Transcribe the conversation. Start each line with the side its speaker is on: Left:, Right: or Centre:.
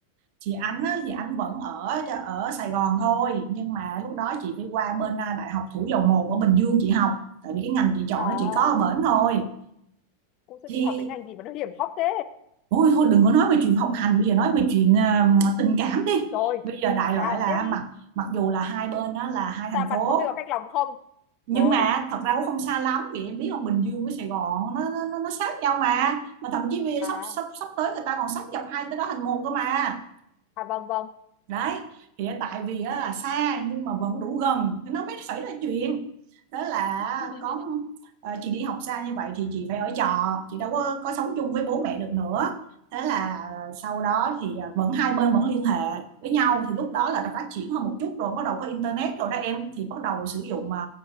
Right: chị ảnh á, thì ảnh vẫn ở ở Sài Gòn thôi nhưng mà lúc đó chị phải qua bên à, Đại học Thủ Dầu Một ở Bình Dương chị học tại vì cái ngành chị chọn
Left: À,
Right: nó chỉ có ở bển thôi
Left: cũng sao
Right: thì
Left: chị học cái ngành gì mà nó hiểm hóc thế?
Right: ôi thôi đừng có nói về chuyện học hành bây giờ nói về chuyện à, tình cảm đi
Left: Rồi,
Right: bây giờ đại
Left: nào
Right: loại là
Left: tiếp đi.
Right: mặc mặc dù là hai bên đó là hai thành
Left: Xa mặt
Right: phố
Left: không biết có cách lòng không?
Right: nhưng
Left: Rồi,
Right: mà thật ra cũng không xa lắm vì em biết là Bình Dương với Sài Gòn nó nó nó, nó sát nhau mà mà thậm chí bây giờ
Left: à,
Right: sắp sắp sắp tới người ta còn sáp nhập hai tới đó thành một cơ mà
Left: à vâng vâng.
Right: đấy thì tại vì là xa nhưng mà vẫn đủ gần thì nó mới xảy ra chuyện đó là
Left: <laughs>
Right: có ờ, chị đi học xa như vậy thì chị phải ở trọ chị đâu có có sống chung với bố mẹ được nữa thế là sau đó thì ờ, vẫn hai bên vẫn liên hệ với nhau thì lúc đó là đã phát triển hơn một chút rồi bắt đầu có internet rồi đó em thì bắt đầu sử dụng mà